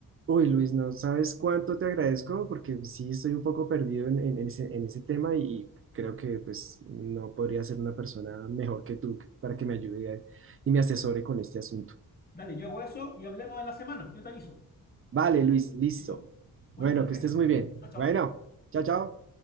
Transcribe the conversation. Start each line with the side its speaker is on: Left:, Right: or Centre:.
Right: Uy, Luis, no sabes cuánto te agradezco porque sí estoy un poco perdido en, en- en ese, en ese tema y, y creo que pues no podría ser una persona mejor que tú para que me ayude a- y me asesore con este asunto.
Left: Dale, yo hago eso y hablemos en la semana. Yo te aviso.
Right: Vale, Luis, listo.
Left: Listo. Cuídate,
Right: Bueno,
Left: Andrés.
Right: que estés muy bien.
Left: Chao, chao.
Right: Bueno, chao, chao.